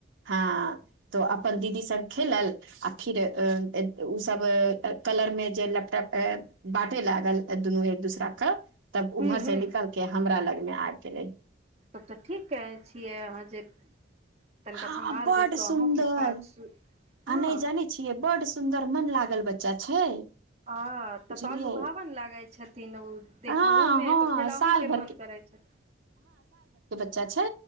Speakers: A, on the right (about 85°); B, on the right (about 35°).
A: हाँ तो अपन दीदी संग खेलल आ फिर ए ए उ सब ए कलर मे जे लैपटॉप ए बाटे लागल, दुनू एक दूसरा के तब
B: हूँ
A: उम्हर से
B: हूँ
A: निकल के हमरा लग मे आब गेलै।
B: तब ते ठीक कहै छियै अहाँ जे तनिका
A: हाँ
B: सम्भाल
A: बड
B: देब तऽ
A: सुन्दर
B: अहूँके काज सु हँ
A: आ नै जानै छियै बड सुन्दर मन लागल बच्चा छै।
B: हाँ तब
A: बुझलियै
B: ते और लुभावन लागै छथिन उ देखहु
A: हँ
B: मे
A: हँ
B: तऽ खेलहु
A: साल
B: के
A: भर
B: मन करै छथि।
A: च्चा छै।